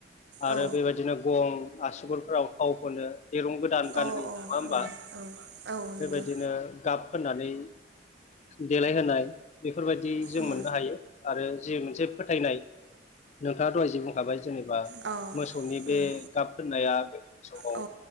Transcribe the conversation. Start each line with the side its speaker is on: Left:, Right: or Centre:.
Left: आरो
Right: अ
Left: बेबायदिनो गं आसुगुरफोराव थाव फोनो दिरुं गोदान गानहोयो
Right: ओं
Left: नङा होमबा
Right: ओं औ
Left: बेबायदिनो
Right: नंगौ
Left: गाब फोननानै देलायहोनाय बेफोरबायदि जों
Right: उम
Left: मोननो हायो आरो जि मोनसे फोथायनाय नोंथाङा दहाय जे बुं हाबाय जेनेबा
Right: औ
Left: मोसौनि बे
Right: उम
Left: गाब दोननाया <unintelligible> समाव
Right: औ